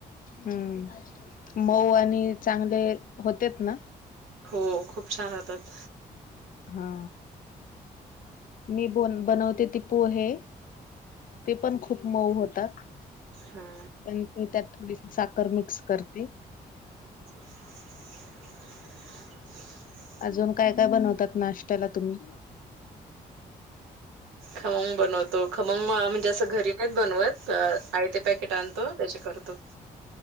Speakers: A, on the left; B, on the right.
A: हम्म मऊ आणि चांगले होतेत ना.
B: हो खूप छान होतात.
A: हा मी बन बनवते ति पोहे ते पण खूप मऊ होतात.
B: हा
A: पण मी त्यात थोडीशी साखर मिक्स करते.
B: <inaudible>
A: अजून काय काय बनवतात नाश्त्याला तुम्ही
B: खमंग बनोतो. खमंग म्हणजे असं घरी नाहीत बनवत. आयते पॅकेट आणतो त्याचे करतो.